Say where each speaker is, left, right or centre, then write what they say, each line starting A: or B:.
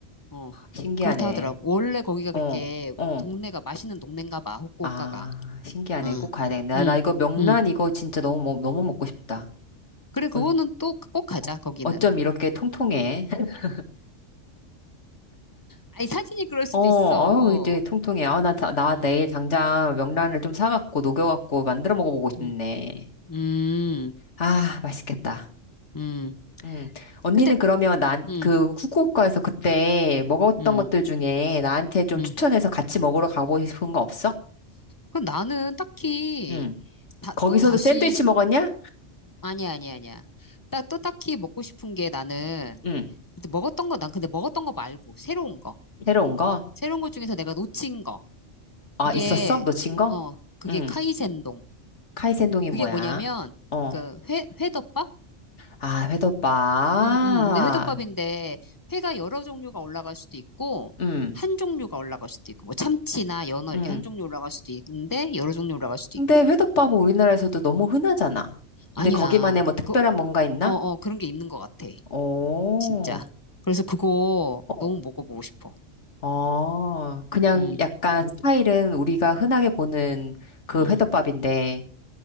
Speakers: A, on the left (about 20°); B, on the left (about 65°).
A: 어,
B: 신기하네.
A: 그렇다 하더라고. 원래 거기가
B: 어,
A: 그렇게
B: 어,
A: 동네가 맛있는 동네인가 봐, 후쿠오카가.
B: 아, 신기하네.
A: 응,
B: 꼭 가야 되겠네. 나,
A: 응,
B: 나 이거 명란
A: 응.
B: 이거 진짜 너무, 먹- 너무 먹고 싶다.
A: 그래, 그거는
B: 어,
A: 또 꼭 가자,
B: 어,
A: 거기는.
B: 어쩜 이렇게 통통해. <laughs>
A: 아니, 사진이 그럴 수도
B: 어,
A: 있어.
B: 아유, 이제 통통해. 아, 나, 다- 나
A: 음.
B: 내일 당장 명란을 좀 사갖고, 녹여갖고, 만들어 먹어보고 싶네.
A: 음, 음,
B: 아, 맛있겠다.
A: 음.
B: 음. 언니는
A: 근데,
B: 그러면 난,
A: 음,
B: 그, 후쿠오카에서 그때 먹었던
A: 음,
B: 것들 중에 나한테 좀
A: 음.
B: 추천해서 같이 먹으러 가보고 싶은 거 없어?
A: 그 나는 딱히,
B: 음.
A: 다,
B: 거기서도
A: 또 다시,
B: 샌드위치 먹었냐?
A: 아니야, 아니야, 아니야. 딱, 또 딱히 먹고 싶은 게 나는,
B: 응,
A: 근데 먹었던 거, 난 근데 먹었던 거 말고, 새로운 거.
B: 새로 온 거?
A: 새로운 것 중에서 내가 놓친 거.
B: 아,
A: 그게,
B: 있었어? 놓친 거?
A: 어, 그게
B: 응.
A: 카이센동.
B: 카이센동이
A: 그게
B: 뭐야?
A: 뭐냐면,
B: 어.
A: 그, 회, 회덮밥?
B: 아, 회덮밥.
A: 음, 음. 근데 회덮밥인데 회가 여러 종류가 올라갈 수도 있고
B: 응,
A: 한 종류가 올라갈 수도 있고 뭐 참치나 연어 이렇게
B: 응.
A: 한 종류 올라갈 수도 있는데 여러 종류 올라갈 수도
B: 근데
A: 있고
B: 회덮밥은 우리나라에서도 너무 흔하잖아. 근데
A: 아니야
B: 거기만의 뭐
A: 그거
B: 특별한 뭔가 있나?
A: 어어 그런 게 있는 것 같아
B: 오.
A: 진짜 그래서 그거
B: 어.
A: 너무 먹어보고 싶어
B: 어. 그냥
A: 음,
B: 약간 스타일은 우리가 흔하게 보는 그
A: 음.
B: 회덮밥인데,